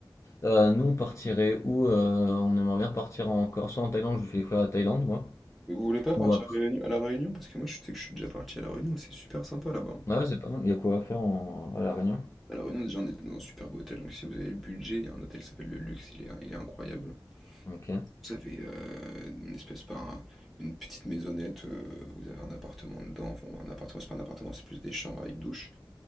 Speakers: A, on the left; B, in the centre.
A: Euh, nous, on partirait où euh, on aimerait bien partir encore, soit en Thaïlande, je vous fais découvrir la Thaïlande, moi,
B: Et Vous voulez pas partir
A: ou après.
B: à la Réunion? à la Réunion Parce que moi, je sais que je suis déjà parti à la Réunion, c'est super sympa là-bas. hein.
A: Ah Ouais, c'est pas mal, il y a quoi à faire en- à La Réunion.
B: À la Réunion, déjà, on était dans un superbe hôtel, donc si vous avez le budget, il y a un hôtel qui s'appelle Le Luxe, il est, il est incroyable.
A: Ok.
B: Vous avez, heu, une espèce pas un une petite maisonnette, heu, vous avez un appartement dedans, enfin un appartement, c'est pas un appartement, c'est plus des chambres avec douche.